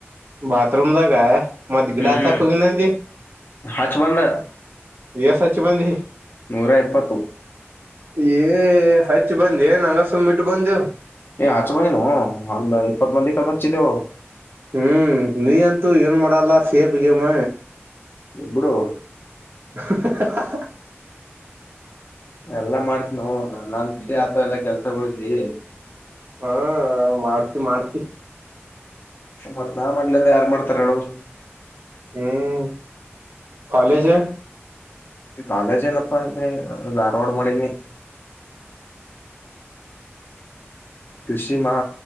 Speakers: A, on the right; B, on the left.
A: ಬಾಥರೂಮದ ಮತ್ತ ಗಿಡ
B: ಹ್ಮ್
A: ಹಚ್ಚಕ್ ಹೋಗೇನಿ ಅಂದಿ.
B: ಹಚ್ ಬಂದ
A: ಏಸ ಹಚ್ಚಿ ಬಂದಿ.
B: ನಾರಾಯೆಪ್ಪತ್ತು.
A: ಏ ಹಚ್ಚಿ ಬಂದ ಏ ನಂಗಸುಮ ಈಟ್ಟು ಬಂದ್ಯೋ.
B: ಏ ಹಚ್ಚ ಬಂದೆನೋ ಅಂದ ಇಪ್ಪತ್ ಮಂದಿ ಕಡ ಹಚ್ಚಿದ್ದೆವು.
A: ಹ್ಮ್ ನೀಂತೂ ಏನ್ ಮಾಡಲ್ಲ ಸೇಪ್ ಗಿಮ್.
B: ಬಿಡೋ.
A: ಹಾ ಹಾ ಹಾ ಹಾ.
B: ಎಲ್ಲಾ ಮಾಡ್ತವಿ ನೋ ನನ್ನಂತೆ ಆತ ಎಲ್ಲಾ ಕೆಲ್ಸಗಳಿದವಿ.
A: ಹ್ಮ ಮಾಡ್ತಿ ಮಾಡ್ತಿ.
B: ಸುಮ್ಮತ್ ನಾ ಮಾಡ್ಲ ಅಂದ ಯಾರು ಮಾಡ್ತಾರ ಹೇಳರು.
A: ಹ್ಮ್ ಕಾಲೇಜ್.
B: ಕಾಲೇಜನಪ್ಪ ಧಾರವಾಡ ಮಾಡೇನಿ. ಕೃಷಿ ಮಹ.